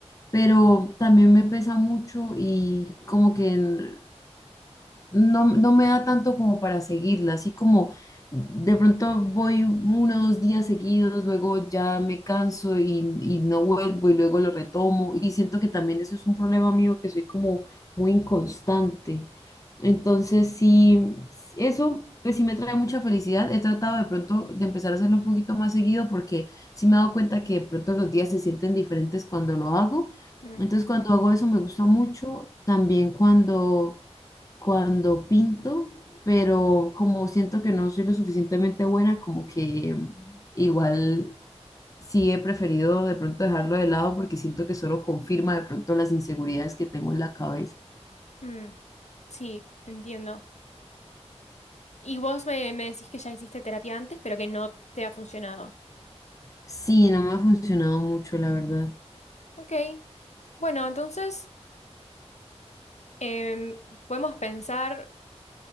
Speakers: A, on the left (about 30°); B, on the left (about 75°).
A: pero también me pesa mucho y como que no, no me da tanto como para seguirla, así como de pronto voy uno o dos días seguidos, luego ya me canso y, y no vuelvo y luego lo retomo y siento que también eso es un problema mío que soy como muy inconstante. Entonces, sí, s- eso pues sí me trae mucha felicidad. He tratado de pronto de empezar a hacerlo un poquito más seguido porque sí me he dado cuenta que de pronto los días se sienten diferentes cuando lo hago.
B: Mm,
A: Entonces, cuando hago eso me gusta mucho. También cuando cuando pinto, pero como siento que no soy lo suficientemente buena, como que mm, igual sí he preferido de pronto dejarlo de lado porque siento que solo confirma de pronto las inseguridades que tengo en la cabeza.
B: mm, Sí, entiendo. Y vos me, me decís que ya hiciste terapia antes, pero que no te ha funcionado.
A: Sí, no me ha funcionado mucho, la verdad.
B: Ok, bueno, entonces em, podemos pensar